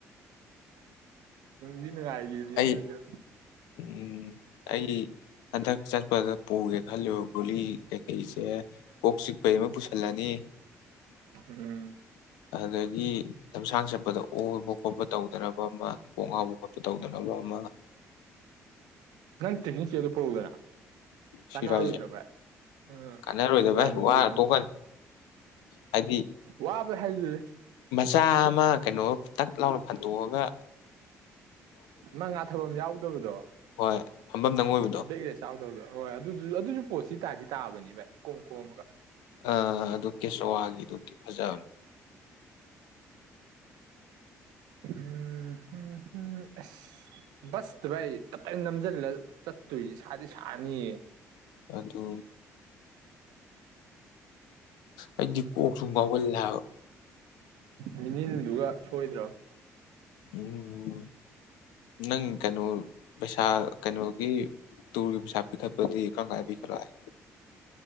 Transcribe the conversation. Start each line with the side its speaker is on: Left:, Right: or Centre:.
Right: ꯅꯨꯡꯗꯤ ꯅꯨꯡꯉꯥꯏꯒꯤꯕꯅꯤ
Left: ꯑꯩ
Right: ꯑꯗꯨꯖꯨ
Left: ꯎꯝ ꯑꯩ ꯍꯟꯗꯛ ꯆꯠꯄꯗ ꯄꯨꯒꯦ ꯈꯜꯂꯨ ꯒꯨꯂꯤ ꯀꯩꯀꯩꯁꯦ ꯀꯣꯛ ꯆꯤꯛꯄꯩ ꯑꯃ ꯄꯨꯁꯤꯜꯂꯅꯤ
Right: ꯎꯝ
Left: ꯑꯗꯒꯤ ꯂꯝꯁꯥꯡ ꯆꯠꯄꯗ ꯑꯣꯕ ꯈꯣꯠꯄ ꯇꯧꯗꯅꯕ ꯑꯃ ꯀꯣꯛ ꯉꯥꯎꯕ ꯈꯣꯠꯄ ꯇꯧ <unintelligible>
Right: ꯅꯪ ꯇ꯭ꯔꯦꯛꯀꯤꯡ <unintelligible> ꯄꯨꯔꯛꯎꯗꯅ ꯆꯥꯟꯅꯔꯔꯣꯏꯗ꯭ꯔ
Left: ꯁꯤꯔꯥꯏꯁꯦ
Right: ꯕꯥꯏ꯫ ꯑꯥ
Left: ꯀꯥꯟꯅꯔꯣꯏꯗ
Right: ꯖꯟ ꯖꯥꯟꯕꯨꯗꯤ
Left: ꯚꯥꯏ ꯋꯥꯔ
Right: ꯑꯣꯏꯅꯤ
Left: ꯇꯣꯛꯀꯅꯤ ꯍꯥꯏꯗꯤ
Right: ꯋꯥꯕ ꯍꯥꯏꯖꯦ
Left: ꯆꯥ ꯑꯃ ꯀꯩꯅꯣ ꯇꯛ ꯂꯥꯎꯅ ꯐꯟꯗꯣꯛꯑꯒ
Right: ꯅꯪ ꯉꯥꯊꯕꯝ ꯌꯥꯎꯗꯕꯗꯣ
Left: ꯍꯣꯏ ꯐꯝꯐꯝꯗꯪ ꯑꯣꯏꯕꯗꯣ
Right: ꯕꯦꯛ ꯔꯦꯁ ꯌꯥꯎꯗꯕꯗꯣ ꯍꯣꯏ ꯑꯗꯨ ꯑꯗꯨꯁꯨ ꯄꯣꯁꯇꯤ ꯇꯥꯗꯤ ꯇꯥꯕꯅꯤ ꯚꯥꯏ ꯀꯣꯝ ꯀꯣꯝꯃꯒ
Left: ꯑꯥ ꯑꯗꯨ <unintelligible> ꯒꯤꯗꯨꯗꯤ ꯐꯖꯕꯅꯤ
Right: ꯎꯝ <unintelligible> <unintelligible> <unintelligible> ꯆꯠꯇꯣꯏꯖꯤ ꯁꯥꯗꯤ ꯁꯥꯅꯤꯌꯦ
Left: ꯑꯗꯨ ꯑꯩꯗꯤ ꯀꯣꯛꯁꯨ ꯉꯥꯎꯒꯜꯂꯦ ꯍꯥꯏꯕꯥ
Right: ꯃꯤꯅꯤꯜꯗꯨꯒ ꯁꯣꯏꯗ꯭ꯔꯝ
Left: ꯎꯝ ꯅꯪ ꯀꯩꯅꯣ ꯄꯩꯁꯥ ꯀꯩꯅꯣꯒꯤ ꯇꯨꯔꯒꯤ ꯄꯩꯁꯥ ꯄꯤꯈꯠꯄꯗꯤ ꯀꯝꯀꯟꯗ ꯄꯤꯈꯠꯂꯣ ꯍꯥꯏ